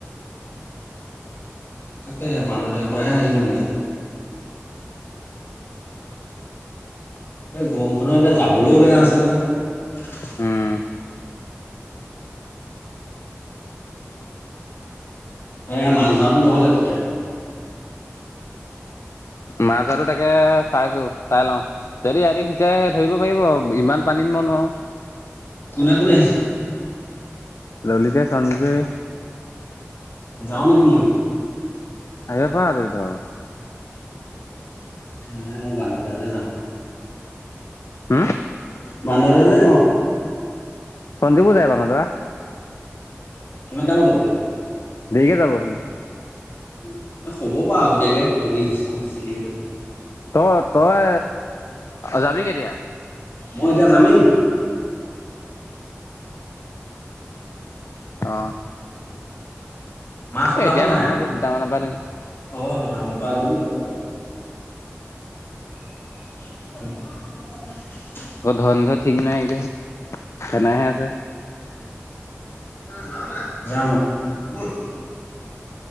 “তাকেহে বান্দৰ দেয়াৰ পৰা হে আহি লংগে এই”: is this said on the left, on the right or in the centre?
Left